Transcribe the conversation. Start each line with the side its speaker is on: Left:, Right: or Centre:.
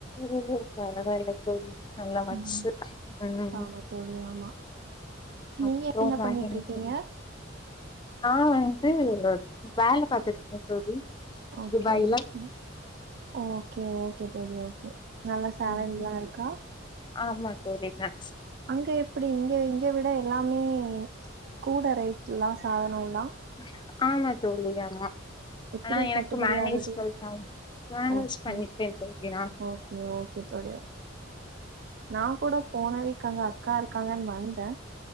Left: ஓ <unintelligible> தோழி நல்ல மன்சு
Right: ம்
Left: ம்
Right: ஆமா தோழி ஆமா
Left: அப்றோ
Right: நீங்க
Left: வேற‌
Right: பண்ணிட்டு
Left: என்ன
Right: இருக்கீங்க
Left: தோழி நா வந் து வேல பாத்துருக்கே தோழி
Right: ஓகே
Left: துபாய்ல
Right: ஓகே ஓகே ஓகே தோழி ஓ கே நல்லா சேலரிலா
Left: ம்
Right: இருக்கா?
Left: ஆமா தோழி கன்
Right: அங்க எப்பிடி இங்க இங்க விட எல்லாமே கூட ரேட்லா சாதனோல்
Left: ஹ ஆமா தோழி ஆமா
Right: எப்புடி
Left: ஆனா எனக்கு
Right: கட்டுபடி
Left: மேனேஜ்
Right: ஆகுது
Left: பண் மேனேஜ்
Right: ஓகே
Left: பண்ணிருக்கே தோழி நா
Right: ஓகே ஓகே தோழி நா கூட போனவீக் அங்க அக்கா இருக்காங்கன் வந்த